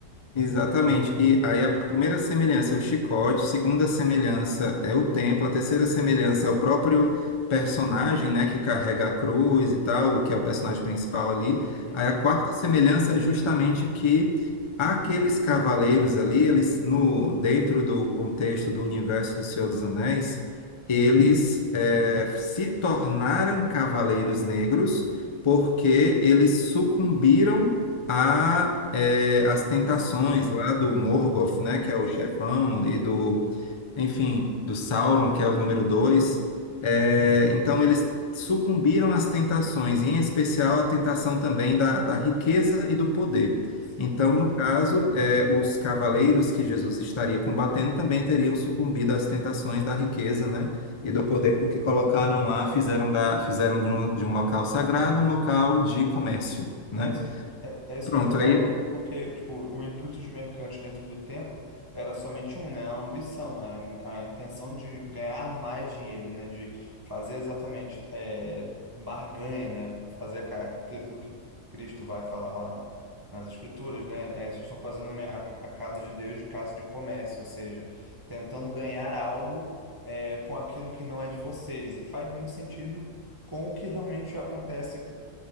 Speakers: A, on the left (about 30°); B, on the right (about 20°).
A: Exatamente. E aí a a primeira semelhança é o chicote, a segunda semelhança é o templo, a terceira semelhança é o próprio personagem, né, que carrega a cruz e tal, que é o personagem principal ali.
B: Uhum.
A: Aí a quarta semelhança é justamente que aqueles cavaleiros ali, eles no dentro do contexto do universo do Senhor dos Anéis, eles eh, se tornaram cavaleiros negros porque eles sucumbiram a eh, as tentações
B: Missão.
A: lá do Morgoth, né, que é o chefão, e do, enfim, do Sauron, que é o número dois. Eh, então eles sucumbiram às tentações, e em especial a tentação também da, da riqueza e do poder.
B: Sim.
A: Então, no caso, eh, os cavaleiros que Jesus estaria combatendo também teriam sucumbido às tentações da riqueza, né, e do poder, porque colocaram lá, fizeram da, fizeram de um, de um local sagrado um local de comércio, né?
B: É isso, é, é isso
A: Pronto,
B: que eu ia falar
A: aí
B: agora, porque tipo, o intuito de mercante dentro do templo era somente um, né? A ambição, a, in- a intenção de ganhar mais dinheiro, né? De fazer exatamente é, barganha, né? Fazer ca- aquilo que Cristo vai falar lá na- nas Escrituras, né? É, vocês estão fazendo a, minha- a- a casa de Deus de casa de comércio, ou seja, tentando ganhar algo é, com aquilo que não é de vocês. E faz muito sentido com o que realmente acontece